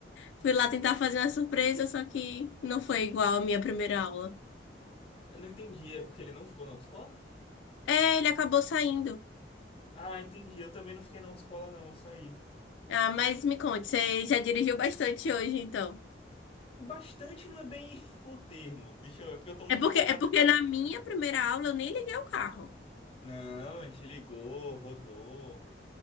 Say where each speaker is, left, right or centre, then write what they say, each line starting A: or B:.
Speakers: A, on the left (about 85°); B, on the left (about 30°).
A: Fui lá tentar fazer uma surpresa, só que não foi igual à minha primeira aula.
B: Eu não entendi, é porque ele não ficou na autoescola?
A: É, ele acabou saindo.
B: Ah, entendi. Eu também não fiquei na autoescola, não, eu saí.
A: Ah, mas me conte, você já dirigiu bastante hoje, então.
B: Bastante não é bem <laughs> o termo. Deixa eu ver, porque eu tô muito
A: É porque,
B: empolgado.
A: é porque na minha primeira aula eu nem liguei o carro.
B: Não, a gente ligou, rodou.